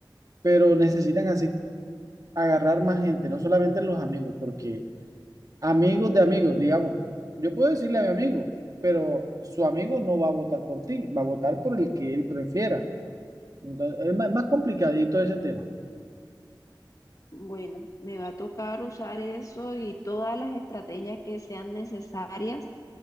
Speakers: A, on the right; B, on the left.
A: Pero necesitan así agarrar más gente, no solamente los amigos, porque amigos de amigos, digamos, yo puedo decirle a mi amigo, pero su amigo no va a votar por ti, va a votar por el que él prefiera. Entonces, es más, más complicadito ese tema.
B: bueno, me va a tocar usar eso y todas las estrategias que sean necesarias